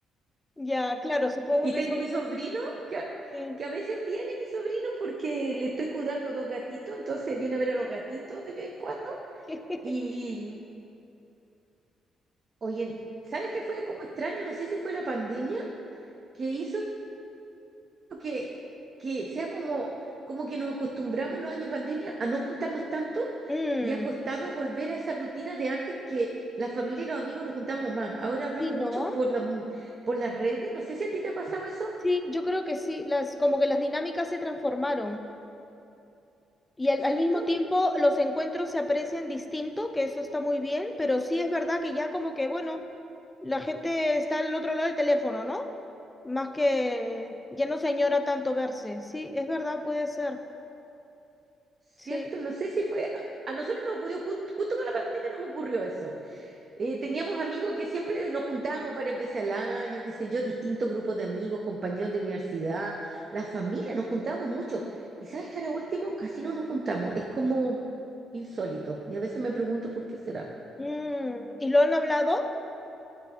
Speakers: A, on the left; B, on the right.
A: Ya, claro, supongo
B: Y
A: que
B: tengo
A: sí.
B: mi sobrino
A: ¿no?
B: que a,
A: Sí.
B: que a veces viene mi sobrino porque le estoy cuidando dos gatitos, entonces viene a ver a los gatitos de vez en cuando.
A: <laughs>
B: Y oye, ¿sabes qué fue como extraño? No sé si fue la pandemia que hizo que, que sea como, como que nos acostumbramos los años pandemia a no juntarnos tanto
A: Mm,
B: y ha costado volver a esa rutina de antes que la familia y los amigos nos juntábamos más. Ahora hablamos
A: sí, ¿no?
B: mucho por los, por las redes. No sé si a ti te ha pasado eso,
A: Sí, yo creo que sí. Las, como que las dinámicas se transformaron. Y al,
B: ¿cierto?
A: al mismo tiempo los encuentros se aprecian distinto, que eso está muy bien, pero sí es verdad que ya como que, bueno, la gente está al otro lado del teléfono, ¿no? Más que ya no se añora tanto verse. Sí, es verdad, puede ser.
B: ¿Cierto?
A: Sí.
B: No sé si fue, a a nosotros nos ocurrió, ju- justo con la pandemia nos ocurrió eso. Eh, teníamos amigos que siempre nos juntábamos varias veces al año, qué sé yo, distintos grupos de amigos, compañeros de universidad, la familia, nos juntábamos mucho. Y sabes que ahora último casi no nos juntamos, es como insólito. Y a veces me pregunto por qué será.
A: Mm, ¿Y lo han hablado?